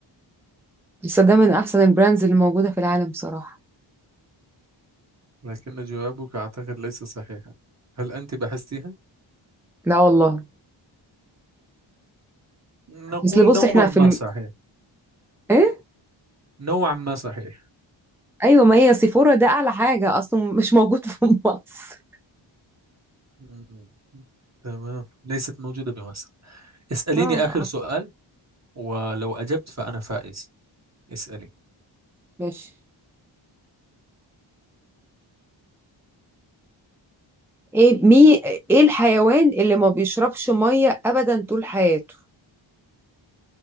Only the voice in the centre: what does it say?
لسه ده من احسن البراندز اللي موجوده في العالم بصراحه
لا والله
اصل بص
احنا في
الم...
ايه
ايوه ما هي سيفورا ده اعلى حاجه اصلا <laughs> مش موجود في <laughs> مصر
اه
ماشي ايه مي ايه الحيوان اللي ما بيشربش ميه ابدا طول حياته